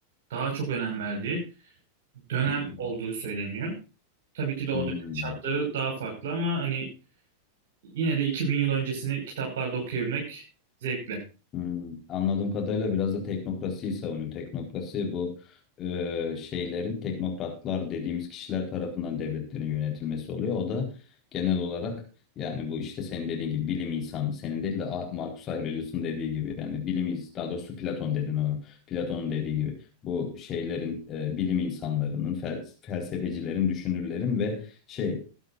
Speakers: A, on the right (about 55°); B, on the left (about 30°).
A: daha çok önem verdiği dönem
B: hmm,
A: olduğu söyleniyor. Tabii ki de o
B: hmm.
A: dönem şartları daha farklı ama hani yine de 2000 yıl öncesini kitaplarda okuyabilmek zevkli.
B: hmm. Anladığım kadarıyla biraz da teknokrasiyi savunuyor. Teknokrasi bu e, şeylerin teknokratlar dediğimiz kişiler tarafından devletlerin yönetilmesi oluyor. O da genel olarak yani bu işte senin dediğin gibi bilim insanı senin değil de A- Marcus Aurelius'un dediği gibi yani bilim ins- daha doğrusu Platon dedin onu. Platon'un dediği gibi bu şeylerin e, bilim insanlarının fel- felsefecilerin düşünürlerin ve şey